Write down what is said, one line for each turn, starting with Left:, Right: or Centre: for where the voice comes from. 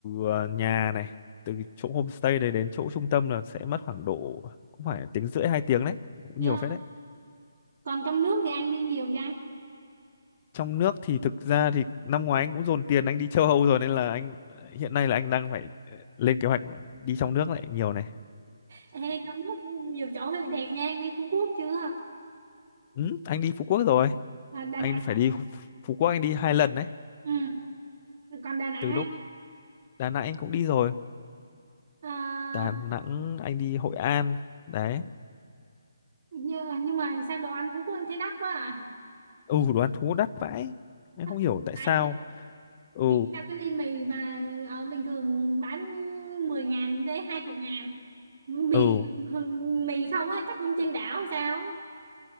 Left: ờ, nhà này từ cái chỗ homestay đấy đến chỗ trung tâm là sẽ mất khoảng độ cũng phải tiếng rưỡi hai tiếng đấy cũng
Right: yeah.
Left: nhiều phết đấy
Right: còn trong nước thì anh đi nhiều vậy
Left: trong nước thì thực ra thì năm ngoái anh cũng dồn tiền anh đi châu Âu rồi nên là anh ờ, hiện nay là anh đang phải ờ, lên kế hoạch đi trong nước lại nhiều này
Right: Ê, trong nước nhiều chỗ thì đẹp nha anh đi Phú Quốc chưa
Left: ừ, anh đi Phú Quốc rồi
Right: à, Đà
Left: anh
Right: Nẵng
Left: phải đi Phú Quốc anh đi hai lần đấy
Right: ừ còn Đà Nẵng
Left: từ
Right: anh
Left: lúc Đà Nẵng anh cũng đi rồi
Right: à,
Left: Đà Nẵng anh đi Hội An đấy
Right: nhưng, nhưng mà sao đồ ăn Phú Quốc anh thấy đắt quá à
Left: ừ đồ ăn thú đắt vãi anh
Right: đắt
Left: không hiểu tại
Right: phải
Left: sao
Right: chứ
Left: ừ
Right: nghĩ ra cái ly mì mà ở bình thường bán mười ngàn đến 20 ngàn mì
Left: ừ
Right: mì không á chắc trên đảo hay sao á.